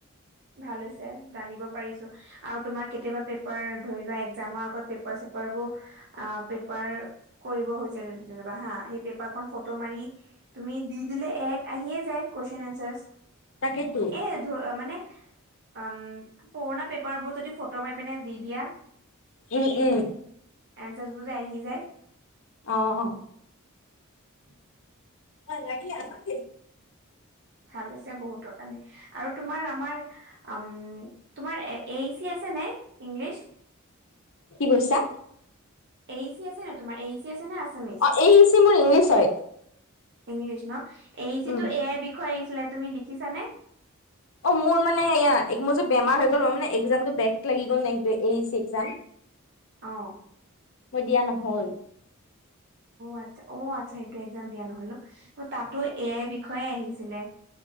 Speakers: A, on the right (about 50°); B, on the left (about 65°).
A: ভাল হৈছে জানিব পাৰিছো আৰু তোমাৰ কেতিয়াবা পেপাৰ ধৰি লোৱা একজামৰ আগত পেপ পেঁপাৰ চেপাৰবোৰ পেঁপাৰ কৰিব হৈছে তেনেকুৱা হা পেঁপাৰখন ফটো মাৰি তুমি দি দিলে এয়াত আহিয়ে যায় কুৱেশচন এনচাৰছএ
B: তাকেতো
A: ধ মানে <unintelligible> অম পুৰণা পেঁপাৰবোৰ যদি ফটো মাৰি পিনে দি দিয়া
B: উম উম
A: এনচাৰছ বোৰ যে আহি যায়
B: অ অ
A: <inaudible>
B: লাগিলে আমাক
A: ভাল হৈছে বহুতৰ কাৰণে আৰু তোমাৰ আমাৰ উম তোমাৰ এই চি আছে নাই ইংলিছ
B: কি কৰিছা
A: এই চি আছে নে তোমাৰ এই চি আছে নে আছামিছ
B: অ এই চি মোৰ ইংলিছ হয়
A: ইংলিছ ন এই চি
B: উম
A: টো এ আই বিষয়ে আহিছিলে তুমি লিখিছানে
B: অ মোৰ মানে সেয়া মোৰ যে বেমাৰ হৈ গ'ল মোৰ একজামটো বেক লাগি গ'ল না এই চি একজাম
A: অ
B: দিয়া নহল
A: আছা অ আচছা সেইটো একজাম দিয়া নহল ন তাতো এ আইৰ বিষয়ে আহিছিলে